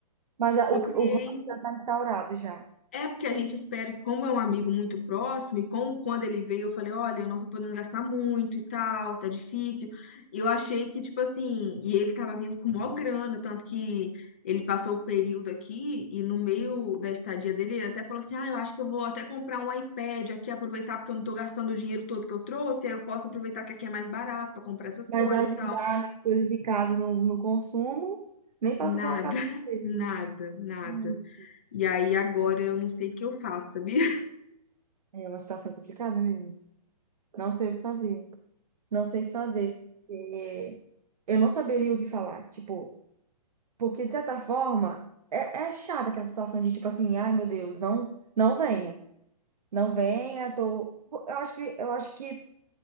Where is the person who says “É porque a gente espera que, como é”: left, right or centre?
Left